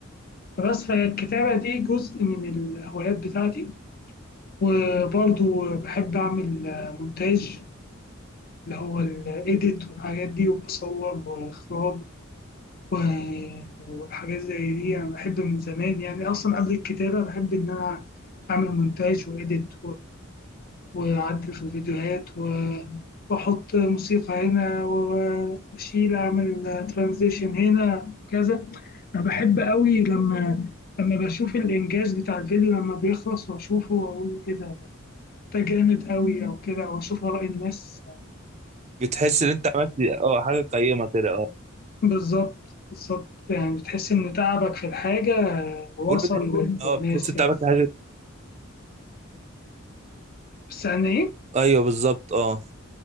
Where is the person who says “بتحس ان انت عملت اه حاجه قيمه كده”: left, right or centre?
Right